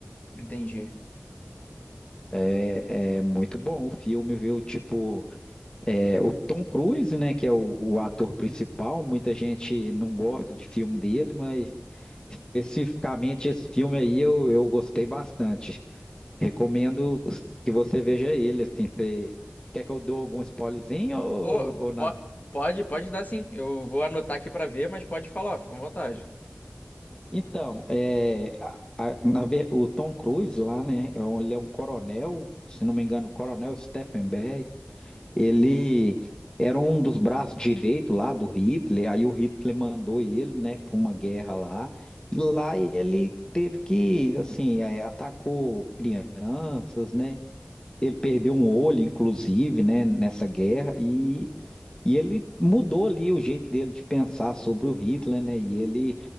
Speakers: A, on the left (about 40°); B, on the left (about 20°).
A: entendi.
B: É, é muito bom o filme, viu? Tipo. É, o Tom Cruise, né, que é o, o ator principal, muita gente não gosta de filme dele, mas especificamente esse filme aí eu, eu gostei bastante. Recomendo que você veja ele, assim, você- quer que eu dou algum spoilerzinho ou,
A: Pô,
B: ou nada?
A: po- pode, pode dar sim, eu vou anotar aqui pra ver, mas pode falar, fica à vontade.
B: Então, é, a- a- na ve- o Tom Cruise lá, né, é um- ele é um coronel, se não me engano, coronel Steffenberg, Ele era um dos braços direitos lá do Hitler, aí o Hitler mandou ele, né, para uma guerra lá, e lá ele teve que, assim, é, atacou crianças, né? Ele perdeu um olho, inclusive, né, nessa guerra, e e ele mudou ali o jeito dele de pensar sobre o Hitler, né? E ele